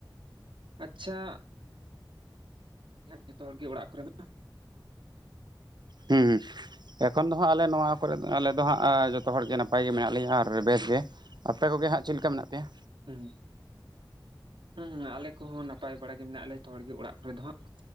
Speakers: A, on the right; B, on the right.
A: ᱟᱪᱪᱷᱟ ᱡᱚᱛᱚ ᱦᱚᱲ ᱜᱮ ᱚᱲᱟᱜ ᱠᱚ ᱨᱮ ᱢᱟ
B: ᱦᱩᱸ ᱮᱠᱷᱚᱱ ᱫᱚ ᱦᱟᱸᱜ ᱟᱞᱮ ᱱᱚᱣᱟ ᱠᱚᱨᱮ ᱫᱚ ᱟᱞᱮ ᱫᱚ ᱦᱟᱸᱜ ᱡᱚᱛᱚ ᱦᱚᱲ ᱜᱮ ᱱᱟᱯᱟᱭ ᱜᱮ ᱢᱮᱱᱟᱜ ᱞᱮᱭᱟ ᱟᱨ ᱵᱮᱥ ᱜᱮ ᱟᱯᱮ ᱠᱚ ᱜᱮ ᱦᱟᱸᱜ ᱪᱮᱫ ᱞᱮᱠᱟ ᱢᱮᱱᱟᱜ ᱯᱮᱭᱟ
A: ᱦᱩᱸ ᱦᱩᱸ ᱟᱞᱮ ᱠᱚ ᱦᱚᱸ ᱱᱟᱯᱟᱭ ᱵᱟᱲᱟ ᱜᱮ ᱢᱮᱱᱟᱜ ᱞᱮ ᱡᱚᱛᱚ ᱦᱚᱲ ᱜᱮ ᱚᱲᱟᱜ ᱠᱚ ᱨᱮ ᱫᱚ ᱦᱟᱸᱜ